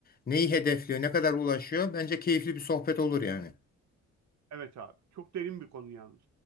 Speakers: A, on the left; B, on the right.
A: Neyi hedefliyor? Ne kadar ulaşıyor? Bence keyifli bir sohbet olur yani.
B: Evet abi. Çok derin bir konu yalnız.